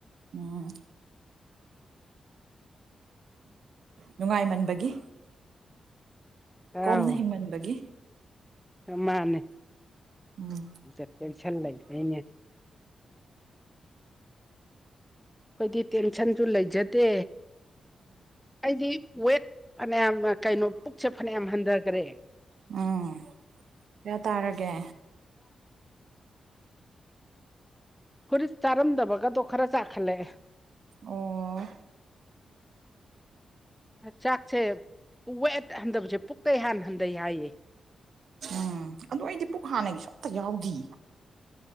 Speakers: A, on the right (about 70°); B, in the centre.
A: ꯑꯣ ꯅꯨꯡꯉꯥꯏꯃꯟꯕꯒꯤ ꯀꯣꯝꯅ
B: ꯑꯥꯎ
A: ꯍꯤꯡꯃꯟꯕꯒꯤ
B: ꯃꯥꯅꯦ
A: ꯎꯝ
B: ꯆ ꯆꯂ ꯍꯥꯏ ꯑꯩꯈꯣꯏꯗꯤ ꯇꯦꯟꯁꯟꯁꯨ ꯂꯩꯖꯗꯦ ꯑꯩꯗꯤ ꯋꯦꯠ ꯐꯅꯌꯥꯝ ꯀꯩꯅꯣ ꯄꯨꯛꯁꯦ ꯐꯅꯌꯥꯝ ꯍꯟꯊꯈ꯭ꯔꯦ <inaudible>
A: ꯎꯝ ꯀꯌꯥ ꯇꯥꯔꯒꯦ
B: ꯍꯨꯔꯤ ꯆꯥꯔꯝꯗꯕꯒꯗꯣ ꯈꯔ ꯆꯥꯈꯠꯂꯛꯑꯦ
A: ꯑꯣ
B: ꯆꯥꯛꯁꯦ ꯋꯦꯠ ꯍꯟꯊꯕꯁꯦ ꯄꯨꯛꯀꯩ ꯍꯥꯟꯅ ꯍꯟꯊꯩ ꯍꯥꯏꯌꯦ
A: ꯎꯝ ꯑꯗꯨ ꯑꯩꯗꯤ ꯄꯨꯛ ꯍꯥꯟꯅꯒꯤꯁꯨ ꯑꯝꯇ ꯌꯥꯎꯗ